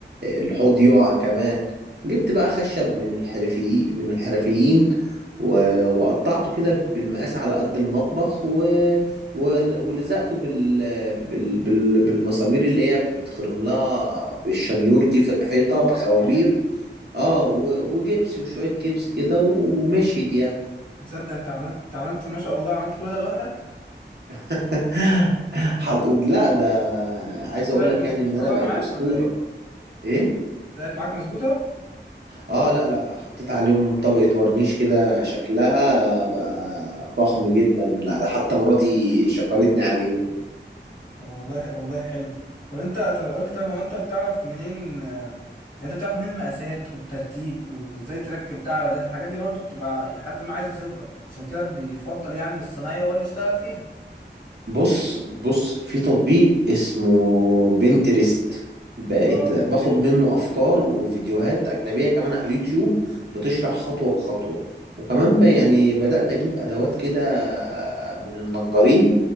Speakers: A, on the right; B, on the left.
A: الحوض يقع كمان جبت بقى خشب من الحرفي من الحرفيين و- وقطعته كده بالمقاس على قد المطبخ و... و- ولزقته بال... بال... بال... بالمسامير اللي هي بتخرم لها بالشنيور دي في الحيطة
B: اه
A: بخوابير
B: عارف
A: اه و... وجبس وشوية جبس كده ومشيت يعني
B: تصدق انت عملت انت عملت ما شاء الله عملت كل ده لوحدك
A: <laughs> حط... لا ده عايز
B: طلعت
A: اقول لك
B: مظبوطه
A: يعني ان انا
B: بقى
A: بقيت
B: معاك
A: اسطورة
B: ولا ايه
A: ايه
B: طلعت معاك مظبوطه
A: اه لا لا حطيت عليهم طبقة ورنيش كده شكلها بقى فخم جدا لا ده حتى مراتي شكرتني عليهم
B: طب والله والله حلو طب انت طب قول لي طيب هو انت بتعرف منين آه، يعني انت بتعرف منين المقاسات والترتيب و- وازاي تركب ده على ده الحاجات دي برضو بتبقى لحد ما عايزه خبره عشان كده بيفضل يعني ان الصنايعي هو اللي يشتغل فيها
A: بص بص في تطبيق اسمه بنترست بقيت
B: اه
A: باخد تمام. منه افكار وفيديوهات اجنبيه كمان على اليوتيوب بتشرح خطوه بخطوه وكمان ب- يعني بدات اجيب ادوات كده من النجارين